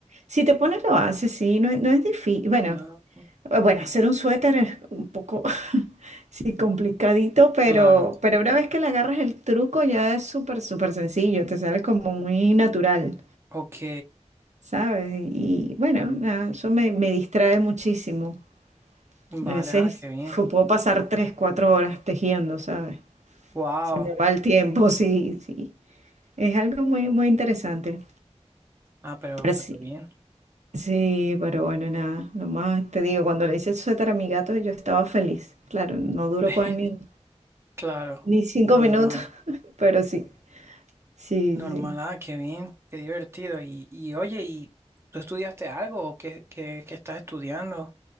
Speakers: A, on the right (about 85°); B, on the right (about 20°).
A: Si te pones lo haces, sí, no es, no es difícil. Bueno,
B: No,
A: eh, bueno, hacer un suéter es un poco, <laughs> sí, complicadito, pero,
B: claro.
A: pero una vez que le agarras el truco ya es súper, súper sencillo. Te sale como muy natural,
B: Ok.
A: ¿sabes? Y bueno, nada, eso me me distrae muchísimo.
B: Vale,
A: A veces
B: ah, qué bien.
A: fu- puedo pasar tres, cuatro horas tejiendo, ¿sabes?
B: Wow.
A: Se me va el tiempo, <laughs> sí, sí. Es algo muy, muy interesante.
B: Ah, pero,
A: Pero sí,
B: pero bien.
A: sí, pero bueno, nada. Lo más te digo, cuando le hice el suéter a mi gato, yo estaba feliz. Claro, no duró
B: <laughs>
A: con ni,
B: Claro,
A: ni cinco
B: normal.
A: minutos, <laughs> pero sí, sí,
B: Normal,
A: sí.
B: ah, qué bien, qué divertido. Y, y oye, ¿y tú estudiaste algo o qué, qué, qué estás estudiando?